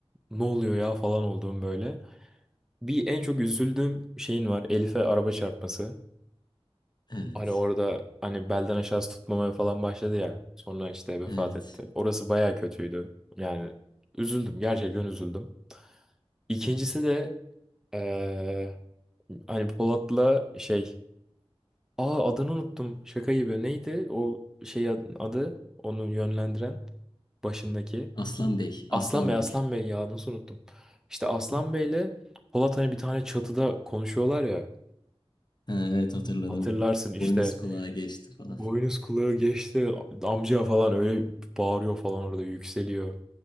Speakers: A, in the centre; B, on the left.
A: ne oluyor ya falan olduğum böyle. Bir en çok üzüldüğüm şeyin var. Elif'e araba çarpması.
B: Evet,
A: Hani orada hani belden aşağısı tutmamaya falan başladı ya. Sonra işte vefat
B: evet,
A: etti. Orası baya kötüydü. Yani üzüldüm. Gerçekten üzüldüm. İkincisi
B: evet.
A: de eee, hani Polat'la şey Aa adını unuttum. Şaka gibi. Neydi o şey ad- adı? Onu yönlendiren başındaki.
B: Aslan Bey, Aslan
A: Aslan Bey,
B: Bey.
A: Aslan Bey ya nasıl unuttum. İşte Aslan
B: <laughs>
A: Bey'le Polat hani bir tane çatıda konuşuyorlar ya.
B: Ha, evet hatırladım.
A: Hatırlarsın işte
B: Boynuz kulağa geçti falan.
A: Boynuz kulağı geçti. Amca falan öyle bağırıyor falan orada yükseliyor.